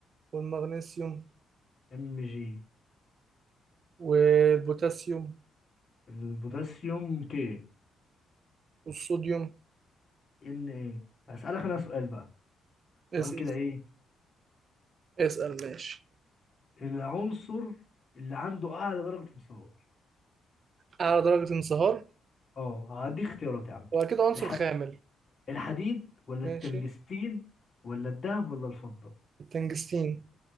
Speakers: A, on the right (about 50°); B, on the left (about 40°).
A: والمغنيسيوم
B: ام جي
A: والبوتاسيوم
B: البوتاسيوم كي
A: والصوديوم
B: ان ايه هسألك انا سؤال بقى سؤال
A: اسأل
B: كده ايه
A: اسأل ماشي
B: العنصر اللي عنده اعلى درجة مساواة
A: أعلى درجة انصهار
B: اه هدي اختيارات يا عم
A: وأكيد عنصر
B: الح...
A: خامل
B: الحديد ولا
A: ماشي
B: التنجستين ولا الذهب ولا الفضة
A: تنجستين